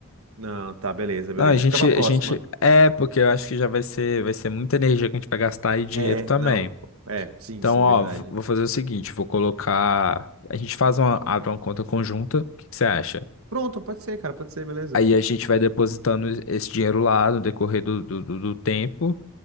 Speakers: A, on the right; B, on the left.
A: Não, tá, beleza, beleza.
B: Não, a gente,
A: Fica pra
B: a
A: próxima.
B: gente. É, porque eu acho que já vai ser, vai ser muita energia que a gente vai gastar e dinheiro
A: É,
B: também.
A: não, é, sim,
B: Então,
A: sim,
B: ó,
A: verdade.
B: v- vou fazer o seguinte, vou colocar. A gente faz uma, abre uma conta conjunta. O que que você acha?
A: Pronto, pode ser, cara, pode ser, beleza.
B: Aí a gente vai depositando esse dinheiro lá no decorrer do, do, do do tempo.